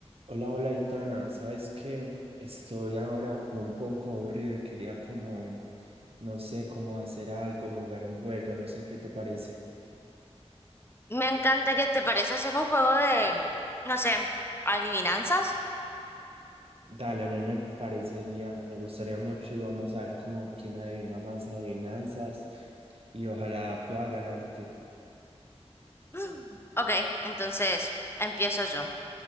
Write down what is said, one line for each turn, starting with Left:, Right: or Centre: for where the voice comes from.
Right: Hola, hola, Itana. ¿Sabes qué? Estoy ahora como un poco aburrido y quería como, no sé, cómo hacer algo, jugar un juego, no sé qué te parece.
Left: Me encantaría, ¿te parece hacer un juego de, no sé, adivinanzas? <gasps>
Right: Dale, a mí me parecería, me gustaría mucho y vamos a ver como quién adivina más adivinanzas y ojalá pueda ganarte.
Left: Mm, Ok, entonces empiezo yo.